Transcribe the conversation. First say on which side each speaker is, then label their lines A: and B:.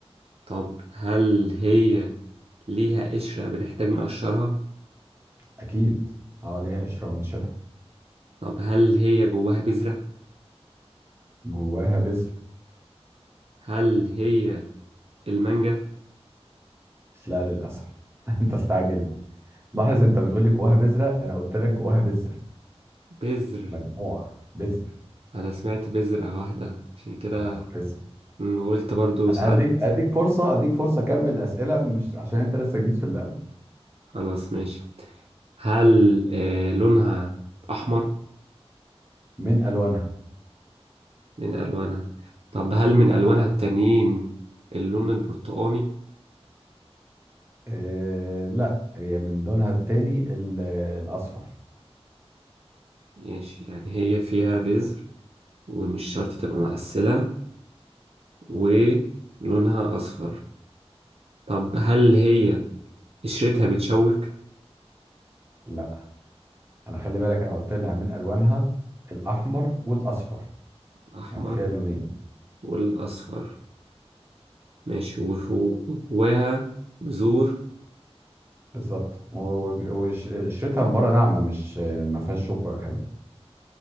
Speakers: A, on the right; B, on the right.
A: طب هل هي ليها قشرة بنحتاج نقشرها؟
B: اكيد اه ليها قشرة ونشيلها
A: طب هل هي جواها بذرة؟
B: جواها بذر
A: هل هي المانجا؟
B: لا للاسف <laughs> انت استعجلت لاحظ
A: مم.
B: انت بتقول لي جواها بذره انا قلت لك جواها بذر
A: بذر
B: مجموع بذر
A: انا سمعت بذرة واحدة عشان كده
B: آه، بذر
A: م، قلت برضو
B: انا
A: ساعات
B: هديك اديك فرصه اديك فرصه اكمل اسئله مش عشان انت لسه جديد في اللعبه
A: خلاص ماشي هل آه لونها احمر
B: من الوانها
A: من الوانها طب هل من الوانها التانيين اللون البرتقاني
B: إيه لا هي من لونها التاني ال- الاصفر
A: ماشي يعني هي فيها بذر ومش شرط تبقى معسلة ولونها اصفر طب هل هي قشرتها بتشوك
B: لا انا خلي بالك انا قلت لها من الوانها الاحمر والاصفر
A: الاحمر
B: يعني فيها اللونين
A: والاصفر ماشي وفوق- وجواها بذور
B: بالظبط وقشرتها من بره ناعمه مش ما فيهاش شوك ولا حاجه